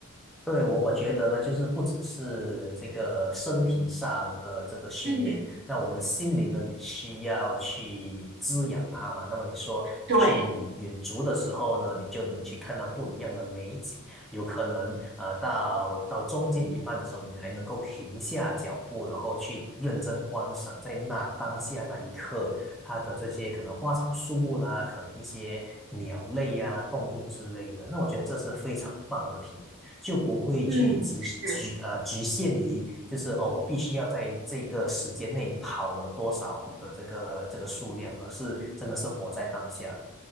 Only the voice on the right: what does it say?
嗯，
对，
嗯，是，